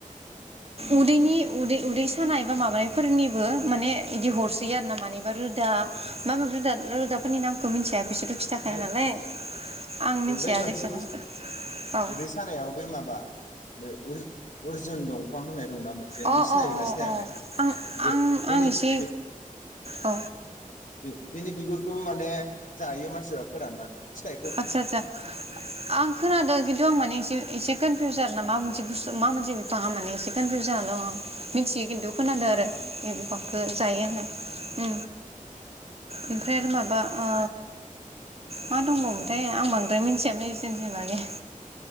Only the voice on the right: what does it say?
उदैनि उदै-उदै सानाय बा माबानायफोरनिबो माने बिदि हरसै आरो ना मानिबा रोदा बा रोदा रोदाफोरनि
नामखौ मिन्थिया बिसोर जाखाया
नालाय <inaudible> आं मिथिया
जायखिया
नामखौ औ।
औ
अ
अ अ आं
आं
आं एसे
औ
आदसा आतसा आं खोनादो खिन्थु आं माने एसे एस से कोनफिउ आरो ना मासे बुस मा मोनसे बिफाङा माने एसे कोनफिउ जाना दं आं मिथियो खिन्थु खोनादों
आरो बे बिफांखौ जायो होननाय। औ ओमफ्राय आरो बा ओ मा दंबावोमोनथाय आं बांद्राय मिथिया मेडिसिन बागै।